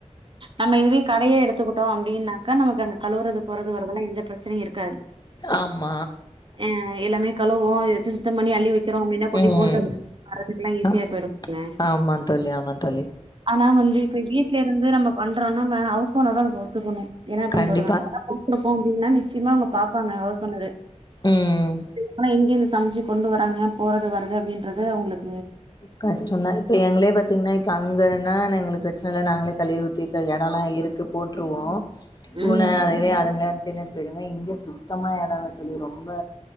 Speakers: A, on the right; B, on the left.
A: நம்ம இதுவே கடையா எடுத்துக்கிட்டோ அப்டின்னாக்கா நமக்கு அந்த கழுவுறது போறது வரதெல்லா எந்த பிரச்சையு இருக்காது
B: ஆமா
A: ஆ எல்லாமே கழுவோ சுத்தம் பண்ணி அள்ளி வைக்கிறோ அப்டின்னா கொண்டு
B: ம்
A: போ வரறதுக்குல்லா ஈஸியா
B: அ
A: போயிடுங்க
B: ஆமா தோழி ஆமா தோழி
A: ஆனா வந்து இப்ப வீட்ல இருந்து நம்ம பண்றோம்னா நம்ம ஹவுஸ் ஓனர்தா அது ஒத்துக்கணு என்ன பண்ண
B: கண்டிப்பா
A: போறங்கல்ல கொடுத்துருப்போ அப்டின்னா நிச்சயமா அவங்க பாப்பாங்க ஹவுஸ் ஓனரு
B: ம்
A: ஆனா எங்கே இந்த சமைச்சு கொண்டு வராங்க போறது வருது அப்டின்றது அவங்ளுக்கு
B: கஷ்டதே இப்போ எங்களே பாத்திங்கனா இப்போ அங்கேனா எங்ளுக்கு பிரச்சனை இல்ல நாங்களே கழுவி ஊத்திட்டு இடம்லா இருக்கு போட்டுருவோ பூனை
A: ம்
B: அதுவே அதுங்கள வந்திண் ணட்டு போடுங்க இங்க சுத்தமா இடம்ல சொல்லி ரொம்ப